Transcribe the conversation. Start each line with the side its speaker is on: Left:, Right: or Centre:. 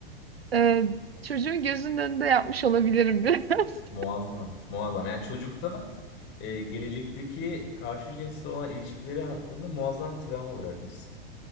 Right: Ee, çocuğun gözünün önünde yapmış olabilirim biraz.
Left: Muazzam. Muazzam. Yani çocukta Ee, gelecekteki karşı cinsle olan ilişkileri hakkında muazzam travma bırakmışsın.